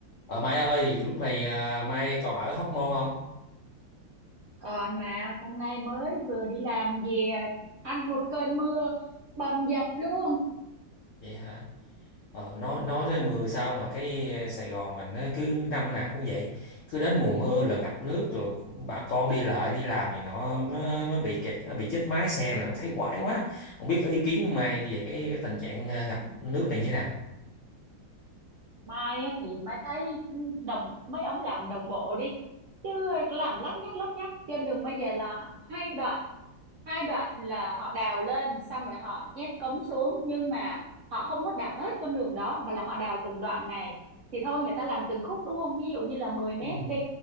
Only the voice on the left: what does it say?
Ờ Mai ơi, lúc này à, Mai còn ở Hóc Môn không?
Vậy hả? Ờ, nói nói
tới mưa sao mà cái Sài Gòn mình á, cứ năm nào cũng vậy, cứ đến mùa mưa là ngập nước rồi bà con đi lại đi làm này nó nó, nó bị kẹt à, bị chết mái xe nè, thấy quái quá. Không biết ý kiến của Mai về cái, cái tình trạng à, ngập nước này như thế nào?
Ừ.